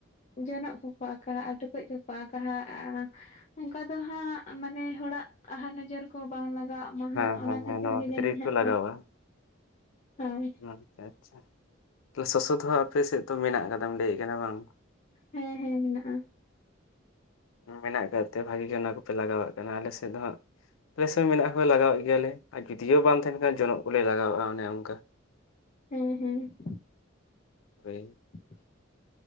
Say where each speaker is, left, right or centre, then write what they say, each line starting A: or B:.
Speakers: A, on the left; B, on the left.
A: ᱡᱚᱱᱚᱜ ᱠᱚᱠᱚ ᱟᱸᱠᱟᱦᱟᱜᱼᱟ ᱴᱩᱠᱩᱡ ᱠᱚᱠᱚ ᱟᱸᱠᱟᱦᱟᱜᱼᱟ ᱚᱱᱠᱟ ᱫᱚ ᱦᱟᱸᱜ ᱢᱟᱱᱮ ᱦᱚᱲᱟᱜ ᱟᱦᱟ ᱱᱚᱡᱚᱨ ᱠᱚ ᱵᱟᱝ ᱞᱟᱜᱟᱜ ᱢᱟ ᱦᱟᱸᱜ
B: ᱦᱮᱸ
A: ᱚᱱᱟ
B: ᱦᱮᱸ
A: ᱠᱷᱟᱹᱛᱤᱨ
B: ᱦᱮᱸ ᱱᱚᱣᱟ
A: ᱜᱮ ᱡᱟᱹᱱᱤᱡ
B: ᱜᱮᱠᱚ
A: ᱦᱟᱸᱜ
B: ᱞᱟᱜᱟᱣᱟ᱾
A: ᱠᱚ ᱦᱳᱭ
B: ᱟᱪᱪᱷᱟ ᱟᱪᱪᱷᱟ ᱛᱚ ᱥᱚᱥᱚ ᱫᱚ ᱦᱟᱜ ᱟᱯᱮ ᱥᱮᱫ ᱛᱚ ᱢᱮᱱᱟᱜ ᱠᱟᱫᱟᱢ ᱞᱟᱹᱭᱮᱜ ᱠᱟᱱᱟ ᱵᱟᱝ
A: ᱦᱮᱸ ᱦᱮᱸ ᱢᱮᱱᱟᱜᱼᱟ
B: ᱢᱮᱱᱟᱜ ᱠᱟᱫ ᱛᱮ ᱵᱷᱟᱜᱤ ᱜᱮ ᱚᱱᱟ ᱠᱚᱯᱮ ᱞᱟᱜᱟᱣᱟᱜ ᱠᱟᱱᱟ ᱟᱞᱮ ᱥᱮᱫ ᱫᱚ ᱦᱟᱸᱜ ᱯᱮᱥᱮ ᱦᱚᱸ ᱢᱮᱱᱟᱜ ᱦᱚᱸ ᱞᱮ ᱞᱟᱜᱟᱣᱮᱫ ᱜᱮᱭᱟᱞᱮ ᱟᱨ ᱡᱩᱫᱤᱭ ᱦᱚᱸ ᱵᱟᱝ ᱛᱟᱦᱮᱱ ᱠᱷᱟᱱ ᱡᱚᱱᱚᱜ ᱠᱚᱞᱮ ᱞᱟᱜᱟᱣᱟᱜᱼᱟ ᱚᱱᱮ ᱚᱱᱠᱟ
A: ᱦᱮᱸ ᱦᱩᱸ
B: ᱦᱳᱭ
A: <unintelligible>